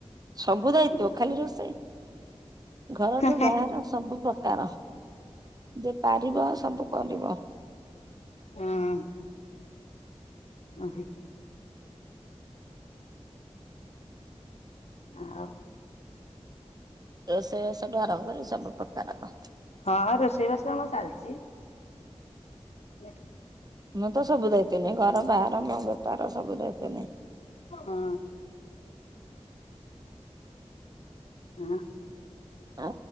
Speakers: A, on the right; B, on the left.
A: ସବୁ
B: ହଁ
A: ଦାୟିତ୍ୱ ଖାଲି ରୋଷେଇ। ଘରଠୁ
B: ହଁ
A: ବାହାର ସବୁ ପ୍ରକାର। ଯେ ପାରିବ ସବୁ କରିବ।
B: ହଁ। ଉ ହୁଁ। ଆଉ
A: ରୋଷେଇ ବାସଠୁ ଆରମ୍ଭ କରି ସବୁ ପ୍ରକାରର।
B: ହଁ ରୋଷେଇବାସ କାମ ଚାଲିଛି। ନେଟ
A: ମୁଁ ତ ସବୁ ଦାୟିତ୍ଵ ନିଏ ଘର ବାହାର ମୋ ବେପାର ସବୁ ଦାୟିତ୍ଵ ନିଏ।
B: ହୁଁ। ୟା।
A: ଆ।